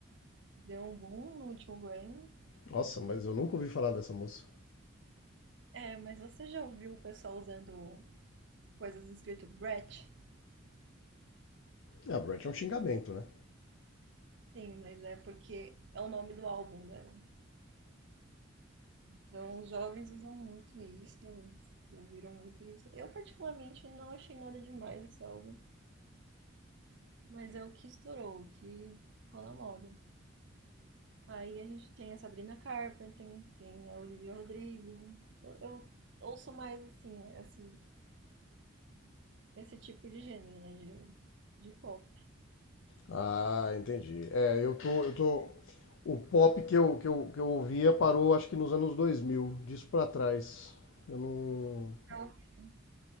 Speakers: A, on the right (about 60°); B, on the left (about 70°).
A: deu um boom no último Grammy.
B: Nossa, mas eu nunca ouvi falar dessa moça.
A: É, mas você já ouviu o pessoal usando coisas escrito Brett?
B: Ah, Brett é um xingamento, né?
A: Sim, mas é porque é o nome do álbum dela. Então, os jovens usam muito isso, eles ouviram muito isso. Eu, particularmente, não achei nada demais esse álbum, mas é o que estourou, o que ficou na moda. Aí a gente tem a Sabrina Carpenter, tem a Olivia Rodrigo. Eu, eu ouço mais, assim, esse, esse tipo de gênero, né, de, de pop.
B: Ah, entendi. É, eu tô, eu tô... O pop que eu, que eu, que eu ouvia parou, acho que nos anos 2000, disso pra trás. Eu não...
A: Pra ouvir.